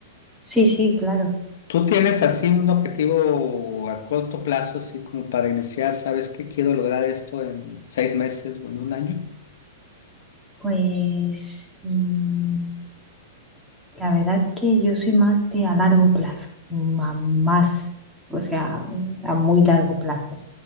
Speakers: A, in the centre; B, on the left.
A: Sí, sí, claro.
B: ¿Tú tienes así un objetivo a corto plazo, así como para iniciar, sabes que quiero lograr esto en seis meses o en un año?
A: Pues... mm, La verdad que yo soy más de a largo plazo, ma- más, o sea, a muy largo plazo.